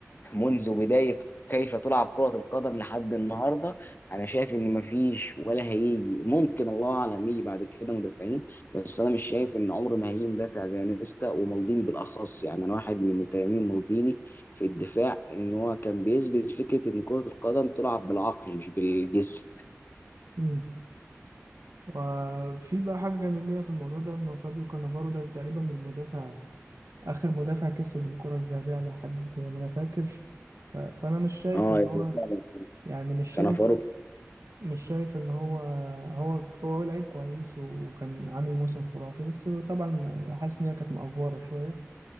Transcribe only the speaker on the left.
منذ بداية كيف تلعب كرة القدم لحد النهاردة أنا شايف إن مفيش ولا هيجي ممكن الله أعلم يجي بعد كده مدافعين بس أنا مش شايف إن عمر ما هيجي مدافع زي نيستا ومالديني بالأخص يعني أنا واحد من متيمين مالديني في الدفاع إن هو كان بيثبت فكرة إن كرة القدم تلعب بالعقل مش بالجسم.
اه
يعني
فعلا
كان فاروق